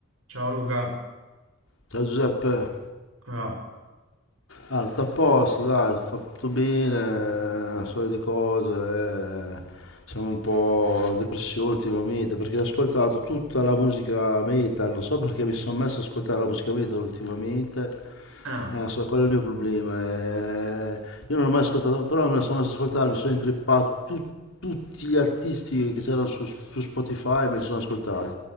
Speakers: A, on the right; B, on the left.
A: Ciao Luca,
B: Ciao Giuseppe,
A: come va?
B: ah, tutto a posto, dai, tutto, tutto bene, eh, solite cose, eh. Siamo un po' in depressione ultimamente perché ho ascoltato tutta la musica metal, non so perché mi sono messo ad ascoltare la musica metal ultimamente
A: Ah,
B: eh, non so, quello è il mio problema. eh. Io non ho mai ascoltato, però me la sono messa ad ascoltare, mi sono intrippato tu- tutti gli artisti che c'erano su, su Spotify, me li sono ascoltati.